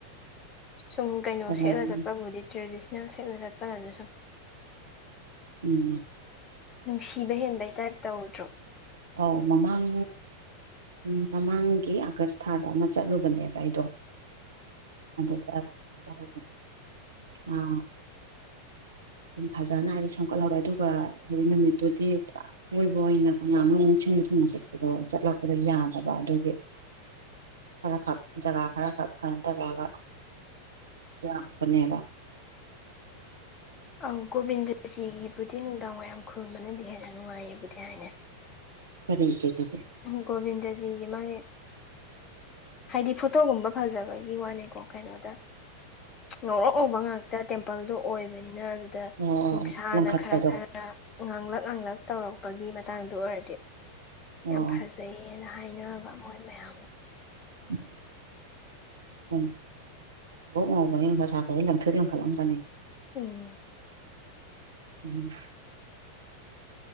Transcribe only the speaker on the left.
ꯁꯨꯝ ꯀꯩꯅꯣ
ꯁꯦꯠꯂ ꯆꯠꯄꯕꯨꯗꯤ ꯇ꯭ꯔꯦꯗꯤꯁꯅꯦꯜ ꯁꯦꯠꯂ ꯆꯠꯄꯅ ꯑꯗꯨ ꯁꯨꯝ
ꯅꯨꯡꯁꯤꯕ ꯍꯦꯟꯕꯩ ꯇꯥꯏꯞ ꯇꯧꯗ꯭ꯔꯣ
ꯑꯪ ꯒꯣꯕꯤꯟꯗꯖꯤꯒꯤꯕꯨꯗꯤ ꯅꯨꯡꯗꯥꯡ ꯋꯥꯏꯔꯝ ꯈꯨꯔꯨꯝꯕꯅꯗꯤ ꯍꯦꯟꯅ ꯅꯨꯡꯉꯥꯏꯌꯦꯕꯨꯗꯤ ꯍꯥꯏꯅꯦ
ꯒꯣꯕꯤꯟꯗꯖꯤꯒꯤ ꯃꯥꯒꯤ ꯍꯥꯏꯗꯤ ꯐꯣꯇꯣꯒꯨꯝꯕ ꯐꯖꯕꯒꯤ ꯋꯥꯅꯦꯀꯣ ꯀꯩꯅꯣꯗ ꯉꯧꯔꯣꯛ ꯉꯧꯕ ꯉꯥꯛꯇ ꯇꯦꯝꯄꯜꯗꯣ ꯑꯣꯏꯕꯅꯤꯅ ꯑꯗꯨꯗ
ꯅꯨꯡꯁꯥꯅ
ꯈꯔ ꯈꯔ ꯉꯥꯡꯂꯛ ꯉꯥꯡꯂꯛ ꯇꯧꯔꯛꯄꯒꯤ ꯃꯇꯥꯡꯗ ꯑꯣꯏꯔꯗꯤ
ꯌꯥꯝ
ꯐꯖꯩꯌꯦꯅ ꯍꯥꯏꯅꯕ ꯃꯣꯏ ꯃꯌꯥꯝꯅ
ꯎꯝ꯫